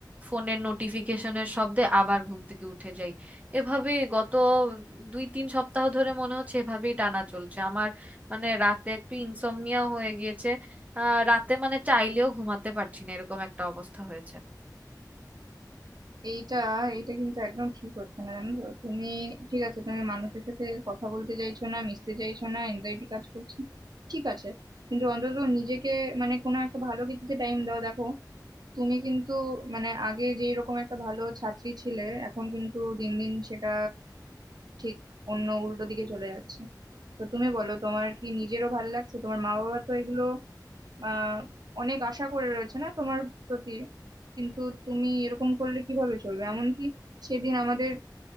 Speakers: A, on the right (about 20°); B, on the right (about 65°).
A: ফোনের নোটিফিকেশনের শব্দে আবার ঘুম থেকে উঠে যাই এভাবে গত দুই তিন সপ্তাহ ধরে মনে হচ্ছে এভাবেই টানা চলছে আমার মানে রাতে একটু ইনসমনিয়া হয়ে গিয়েছে আহ রাতে মানে চাইলেও ঘুমাতে পারছি না এরকম একটা অবস্থা হয়েছে
B: এইটা এইটা কিন্তু একদম ঠিক হচ্ছে না জানো তো তুমি ঠিক আছে তুমি মানুষের সাথে কথা বলতে চাইছো না মিশতে চাইছো না এনজাইটি কাজ করছে ঠিক আছে কিন্তু অন্তত নিজেকে মানে কোনো একটা ভালো কিছুতে টাইম দাও দেখো তুমি কিন্তু মানে আগে যেই রকম একটা ভালো ছাত্রী ছিলে এখন কিন্তু দিন দিন সেটা ঠিক অন্য উল্টো দিকে চলে যাচ্ছে তো তুমি বলো তোমার কি নিজেরও ভালো লাগছে তোমার মা বাবা তো এগুলো আহ অনেক আশা করে রয়েছে না তোমার প্রতি কিন্তু তুমি এরকম করলে কিভাবে চলবে এমনকি সেদিন আমাদের